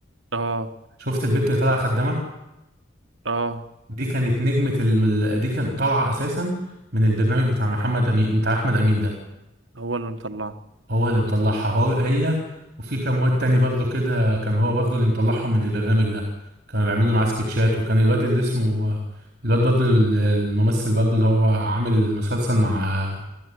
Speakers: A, on the right; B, on the right.
A: اه
B: شفت البت اللي طالعه خدامه
A: اه
B: دي كانت نجمة الم... دي كان طالعة أساسا من البرنامج بتاع محمد أمين بتاع أحمد أمين ده
A: هو اللي مطلعه
B: هو اللي مطلعها هو هي وفي كام واد تاني برضه كده كان هو برضه اللي مطلعهم من البرنامج ده كانوا بيعملوا معاه
A: امم
B: سكتشات وكان الواد اللي اسمه الواد برضه ال- الممثل برضه اللي هو عامل مسلسل مع